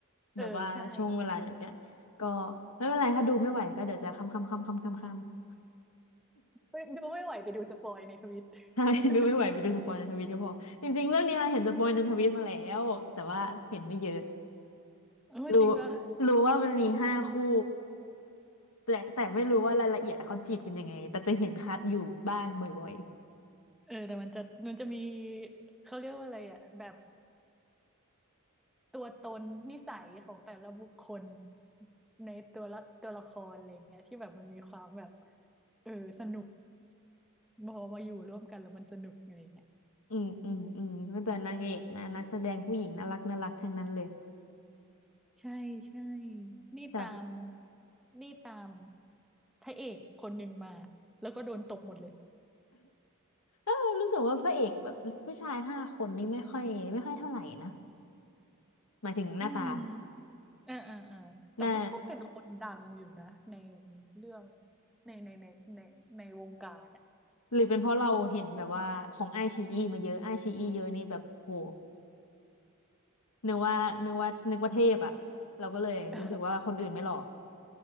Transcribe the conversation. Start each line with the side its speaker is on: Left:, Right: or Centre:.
Centre: เออใช่
Left: แบบว่าช่วงเวลาเดียวกัน ก็ไม่เป็นไร ถ้าดูไม่ไหวก็เดี๋ยวจะค้ำค้ำค้ำค้ำค้ำค้ำ
Centre: ไปดูไม่ไหวไปดูสปอยในทวิต
Left: <laughs> ใช่ <laughs>
Centre: <laughs>
Left: ดูไม่ไหวไปดูสปอยในทวิตก็พอ จริงๆเรื่องเนี้ยเห็นสปอยในทวิตมาแล้ว แต่ว่าเห็นไม่เยอะ
Centre: เออจริงปะ
Left: รู้รู้ว่ามันมีห้าคู่แต่แต่ไม่รู้ว่ารายละเอียดอะเขาจีบกันยังไงแต่จะเห็นคัดอยู่บ้างบ่อย
Centre: เออแต่มันจะมันจะมีเขาเรียกว่าอะไรอ่ะแบบตัวตนนิสัยของแต่ละบุคคลในตัวละตัวละครอะไรอย่างเงี้ยที่แบบมันมีความแบบเออสนุกพอมาอยู่ร่วมกันแล้วมันสนุกอะไรอย่างเงี้ย
Left: ๆอืมอืมอืมก็แต่นางเอกนะนักแสดงผู้หญิงน่ารักน่ารักทั้งนั้นเลย
Centre: ใช่ใช่ นี่ตาม
Left: แต่
Centre: นี่ตามพระเอกคนหนึ่งมาแล้วก็โดนตกหมดเลย
Left: เออรู้สึกว่าพระเอกแบบผู้ชายห้าคนนี่ไม่ค่อยไม่ค่อยเท่าไหร่นะ หมายถึงหน้าตา
Centre: อืมอ่าอ่าอ่าแต่ว่าก็เป็นคนดังอยู่นะใน
Left: หน้า
Centre: เรื่องในในในในในวงการอ่ะ
Left: หรือเป็นเพราะเราเห็นแบบว่าของไอชีอีมาเยอะไอชีอีเยอะนี่แบบโหนึกว่านึกว่านึกว่าเทพอ่ะเราก็เลยรู้สึกว่าคนอื่นไม่หล่อ
Centre: <laughs>